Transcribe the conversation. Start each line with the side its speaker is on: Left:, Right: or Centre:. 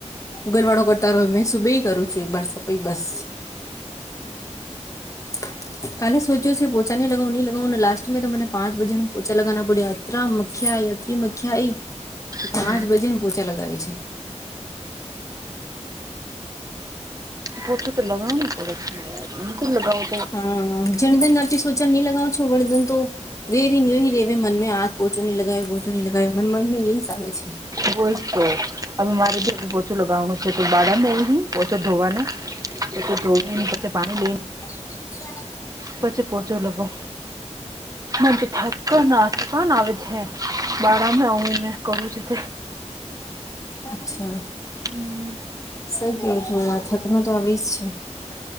Left: ગર વાળો કરતા રહો મે સુબે કરું છું એકર સફાઈ બસ <inaudible> કાલે સોચ્યો પોંચા ની લાગાવ નહી લગાઓને લાસ્ટ મે તો મને પાંચ બજે ને પોંચા લગા પડ્યા અતરા ખ્યા અતિમખ્યા આઈ
Right: હમ્મ
Left: પાંચ બજે ને પોચા લગાવે છે.
Right: પોતે તો લગાણુ ને પડા લગાઓ તો
Left: હા જણીધન આપે સોચન નહી લગાવો છો વણીધન તો રે ર નેય રેવે મનમે હાથ ઓચો નહી લગાવ્યો પોચો નહીં લગાવ્યો મને મનને એ સાવે છે.
Right: બઈ તો હવે મારે જે ઓછું લગાવનું છે તો બાડાને ઓછો ધોવાના પછો ધો કચ પાણી લઈ
Left: <unintelligible>
Right: પછી પોહોચો લગાઉ મચ ઠાક્કર નાથ કોણ આવે છે બારમાં આવુંને કહું છે.
Left: અચ્છા
Right: હમ્મ
Left: સઈ કેવું છે યા થક નુ તો આવી જ છે.